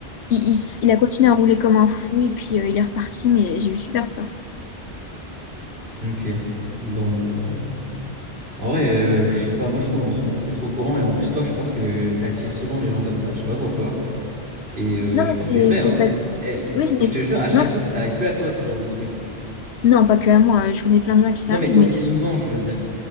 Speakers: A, on the left; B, on the right.
A: il, il s- il a continué à rouler comme un fou et puis euh, il est reparti, mais j'ai eu super peur.
B: Mm. Ok. Bon bah. En vrai, euh, je sais pas, moi je trouve en ce moment c'est trop courant et en plus toi je pense que t'attires souvent les gens comme ça, je sais pas pourquoi. Et euh,
A: Non,
B: je
A: mais
B: pense
A: c'est
B: que c'est vrai,
A: c'est
B: hein.
A: fat-
B: Et
A: c'est- Oui, c'est-
B: je
A: mais c'est-
B: te jure, à chaque
A: non, c'est-
B: fois ça t'arrive que à toi ce genre de truc.
A: non, pas que à moi. euh, Je connais plein de gens à qui ça
B: Non mais
A: arrive,
B: aussi
A: mais
B: souvent, je veux dire.